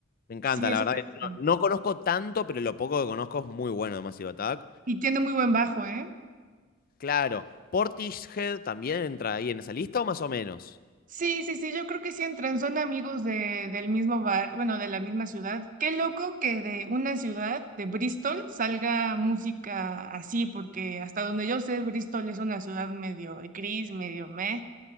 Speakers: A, on the left; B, on the right.
A: Me encanta,
B: sí, eso
A: la verdad.
B: me
A: que
B: gusta.
A: No, no conozco tanto, pero lo poco que conozco es muy bueno de Massive Attack.
B: Y tiene muy buen bajo, ¿eh?
A: Claro. ¿Portishead también entra ahí en esa lista o más o menos?
B: Sí, sí, sí, yo creo que sí entran, son amigos de, del mismo bar, bueno, de la misma ciudad. Qué loco que de una ciudad, de Bristol, salga música así, porque hasta donde yo sé, Bristol es una ciudad medio gris, medio meh,